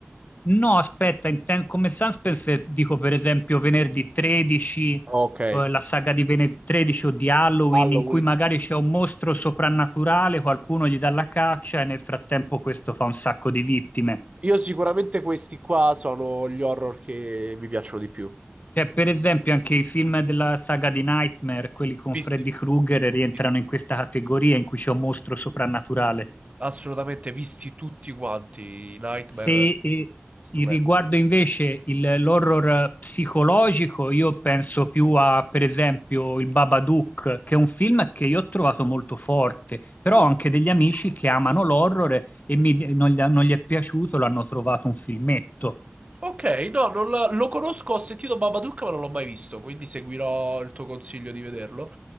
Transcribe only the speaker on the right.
Ok.
Halloween.
Io sicuramente questi qua sono gli horror che mi piacciono di più.
Visti,
visti-
assolutamente visti tutti quanti. Nightmare,
stupendo.
Oh,
ok, no, non la- lo conosco, ho sentito Babadook, ma non l'ho mai visto, quindi seguirò il tuo consiglio di vederlo.